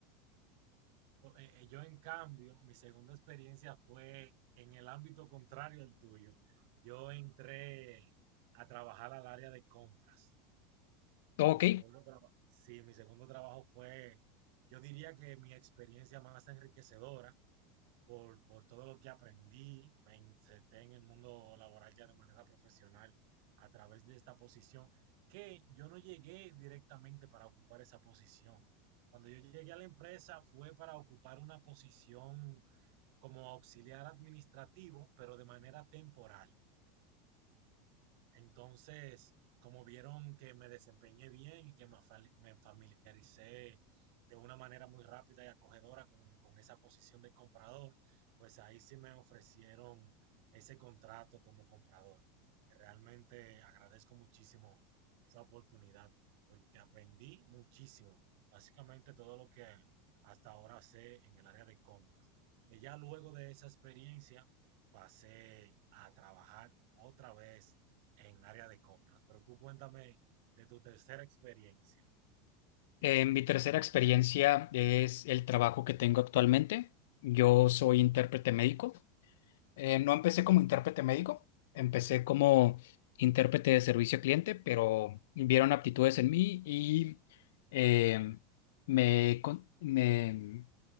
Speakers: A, on the right (about 60°); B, on the left (about 65°).
A: O- eh, eh, yo, en cambio, mi segunda experiencia fue en el ámbito contrario al tuyo. Yo entré a trabajar al área de compras.
B: Ok.
A: Mi segundo trabajo, sí, mi segundo trabajo fue, yo diría que mi experiencia más enriquecedora, por, por todo lo que aprendí, me inserté en el mundo laboral ya de manera profesional a través de esta posición, que yo no llegué directamente para ocupar esa posición. Cuando yo llegué a la empresa fue para ocupar una posición como auxiliar administrativo, pero de manera temporal. Entonces, como vieron que me desempeñé bien y que me afali- me familiaricé de una manera muy rápida y acogedora con, con esa posición de comprador, pues ahí sí me ofrecieron ese contrato como comprador, que realmente agradezco muchísimo esa oportunidad porque aprendí muchísimo, básicamente todo lo que hasta ahora sé en el área de compras, que ya luego de esa experiencia pasé a trabajar otra vez en área de compras. Pero tú cuéntame de tu tercera experiencia.
B: Eh, mi tercera experiencia es el trabajo que tengo actualmente. Yo soy intérprete médico. Eh, no empecé como intérprete médico, empecé como intérprete de servicio al cliente, pero vieron aptitudes en mí y eh, me, con- me